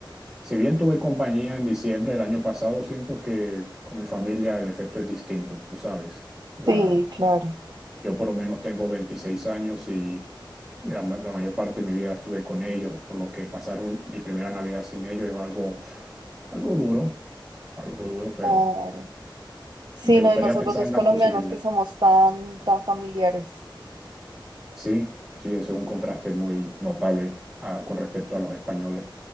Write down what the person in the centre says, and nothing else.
si bien tuve compañía en diciembre del año pasado, siento que con mi familia el efecto es distinto, tú sabes. La,
yo por lo menos tengo 26 años y la, ma- la mayor parte de mi vida estuve con ellos, por lo que pasar un- mi primera Navidad sin ellos es algo, algo duro, algo duro, pero
me
gustaría
pensar
en
la posibilidad.
Sí, sí, eso es un contraste muy notable ah, con respecto a los españoles,